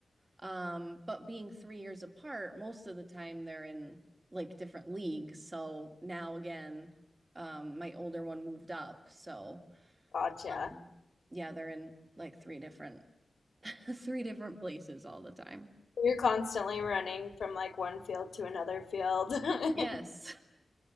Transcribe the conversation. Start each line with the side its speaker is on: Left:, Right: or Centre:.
Right: Um, but being three years apart, most of the time they're in like different leagues. So now again, um, my older one moved up, so
Left: <laughs> Gotcha.
Right: um, yeah, they're in like three different <laughs> three different places all the time.
Left: You're constantly running from like one field to another field. <laughs> That's
Right: Yes.